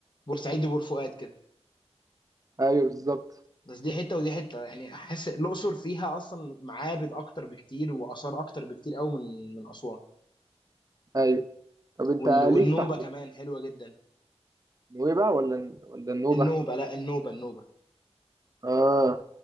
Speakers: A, on the left (about 45°); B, on the right (about 30°).
A: بورسعيد وبور فؤاد كده
B: ايوه بالظبط
A: بس دي حته ودي حته يعني احس الاقصر فيها اصلا معابد اكتر بكتير واثار اكتر بكتير قوي من من اسوان
B: ايوه طب انت
A: وال- والنوبه
B: ليك في حوار
A: كمان حلوه جدا
B: النوبه ولا ولا النوبه
A: النوبه لا النوبه النوبه
B: اه